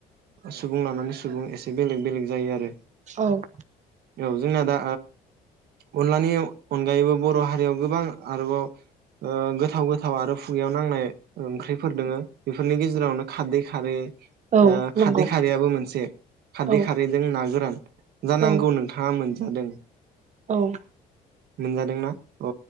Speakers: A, on the right; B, on the right.
A: सुबुं लानानै सुबुं एसे बेलेग बेलेग जायो आरो।
B: औ
A: औ जोंना आं दा अनलानि अनगायैबो बर हारियाव गोबां आरोबाव ओ गोथाव गोथाव आरो खुगायाव नांनाय ओंख्रिफोर दोङो। बेफोरनि गेजेरावनो खारदै खारै आ
B: औ नंगौ
A: खारदै खारैयाबो मोनसे खारदै
B: औ
A: खारैजों ना गोरान जानांगौ
B: औ
A: नोंथाङा मोनजादों।
B: औ
A: मोनजादोंना? औ